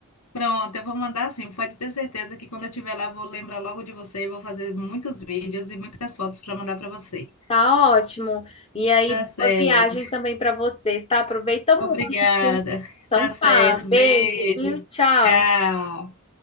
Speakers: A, on the left; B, on the left.
A: Pronto, eu vou mandar sim. Pode ter certeza que quando eu estiver lá, vou lembrar logo de você e vou fazer muitos vídeos e muitas fotos para mandar para você.
B: Tá ótimo. E aí,
A: Tá certo.
B: boa viagem também para vocês, tá? Aproveita muito.
A: Obrigada.
B: Então
A: Tá certo.
B: tá,
A: Beijo.
B: beijo, viu? Tchau.
A: Tchau.